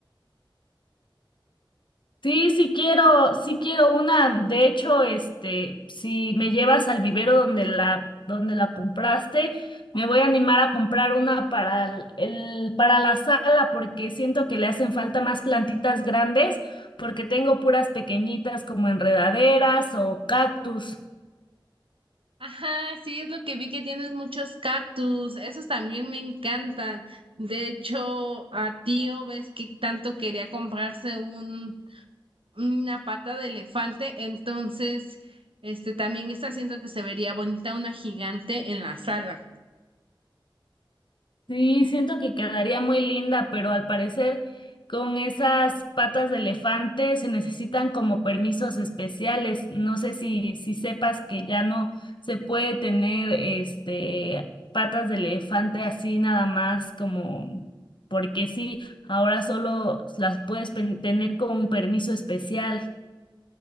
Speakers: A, on the left; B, on the right.
A: Sí, sí quiero, sí quiero una. De hecho, este, si me llevas al vivero donde la, donde la compraste, me voy a animar a comprar una para el, el- para la sala porque siento que le hacen falta más plantitas grandes porque tengo puras pequeñitas como enredaderas o cactus.
B: Ajá, sí, es lo que vi que tienes muchos cactus, esos también me encantan. De hecho, a tío ves que tanto quería comprarse un, una pata de elefante, entonces, este también está haciendo que se vería bonita una gigante en la sala.
A: Sí, siento que quedaría muy linda, pero al parecer con esas patas de elefante se necesitan como permisos especiales. No sé si, si sepas que ya no se puede tener este patas de elefante así nada más como porque sí, ahora solo las puedes pen- tener con un permiso especial.